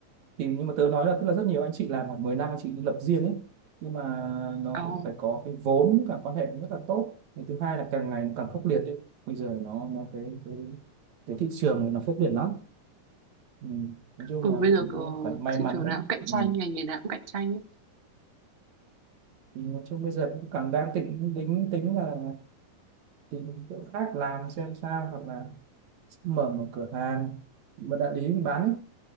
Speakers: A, on the right; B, on the right.
A: thì nhưng mà tớ nói là tức là rất nhiều anh chị làm khoảng 10 năm anh chị lập riêng ấy nhưng mà nó
B: Ờ,
A: cũng phải có cái vốn với cả quan hệ rất là tốt Và thứ hai là càng ngày nó càng khốc liệt ấy. bây giờ nó nó cái cái cái thị trường này nó khốc liệt lắm ừ. nói chung
B: ừ,
A: là
B: bây
A: cũng
B: giờ c
A: cũng phải may mắn
B: thị trường
A: đó.
B: nào cũng cạnh tranh,
A: Ừ.
B: ngành nghề nào cũng cạnh tranh ấy.
A: thì nói chung bây giờ cũng cảm đang định tính tính là tìm chỗ khác làm xem sao hoặc là mở một cửa hàng một đại lý mình bán ấy